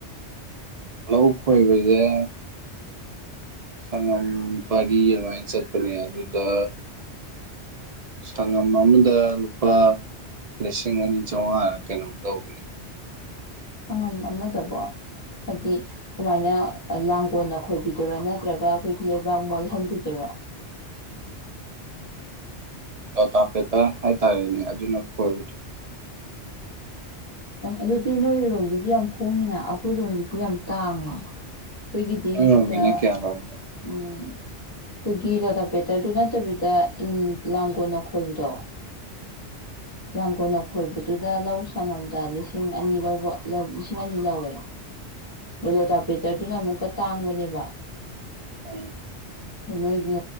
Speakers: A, on the right; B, on the left.
A: ꯂꯧ ꯈꯣꯏꯕꯁꯦ ꯁꯪꯉꯝ ꯄꯔꯤ ꯑꯗꯨꯃꯥꯏꯅ ꯆꯠꯄꯅꯦ ꯑꯗꯨꯗ ꯁꯪꯉꯝ ꯑꯃꯗ ꯂꯨꯄꯥ ꯂꯤꯁꯤꯡ ꯑꯅꯤ ꯆꯥꯝꯃꯉꯥꯅ ꯀꯩꯅꯣꯝ ꯂꯧꯕꯅꯤ
B: ꯑꯪꯉꯝ ꯑꯃꯗꯕꯣ ꯍꯥꯏꯗꯤ ꯀꯃꯥꯏꯅ ꯂꯥꯡꯒꯣꯜꯅ ꯈꯣꯏꯕꯤꯗꯣꯏꯔꯣ ꯅꯠꯇ꯭ꯔꯒ ꯑꯩꯈꯣꯏꯒꯤ ꯂꯩꯕꯥꯛ ꯃꯣꯜꯍꯟꯕꯤꯗꯔꯣ
A: ꯇ ꯇꯄꯦꯇꯔ ꯍꯥꯏꯇꯥꯔꯦꯅꯦ ꯑꯗꯨꯅꯈꯣꯏꯕ
B: ꯑꯗꯨꯗꯤ ꯅꯣꯏꯔꯣꯝꯒꯤꯗꯤ ꯌꯥꯝ ꯍꯣꯡꯉꯤꯅ ꯑꯩꯈꯣꯏꯔꯣꯝꯒꯤꯗꯤ ꯌꯥꯝ ꯇꯥꯡꯉꯦ ꯑꯩꯈꯣꯏꯒꯤꯗꯤ
A: ꯅꯣꯏꯔꯣꯝꯒꯤꯅ
B: ꯁꯤꯗ
A: ꯀꯌꯥ ꯂꯧꯕ
B: ꯎꯝ ꯑꯩꯈꯣꯏꯒꯤ ꯂꯣꯂꯥꯄꯦꯇꯔꯗꯨ ꯅꯠꯇꯕꯤꯗꯟ ꯂꯥꯡꯒꯣꯜ ꯑꯈꯣꯏꯕꯗꯣ ꯂꯥꯡꯒꯣꯜ ꯑꯈꯣꯏꯕꯗꯨꯗ ꯂꯧ ꯁꯪꯉꯝ ꯂꯤꯁꯤꯡ ꯑꯅꯤ ꯂꯧꯕ ꯂꯤꯁꯤꯡ ꯑꯅꯤ ꯂꯧꯋꯦꯣ ꯦꯇꯔꯗꯨꯅ ꯑꯃꯨꯛꯀ ꯇꯥꯡꯕꯅꯦꯕ
A: ꯎꯝ
B: ꯅꯣꯏꯒꯤ